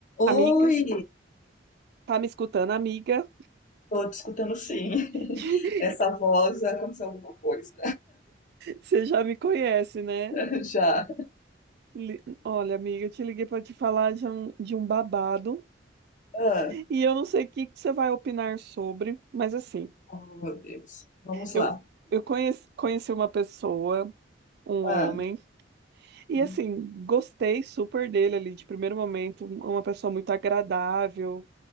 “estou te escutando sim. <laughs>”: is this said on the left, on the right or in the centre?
Left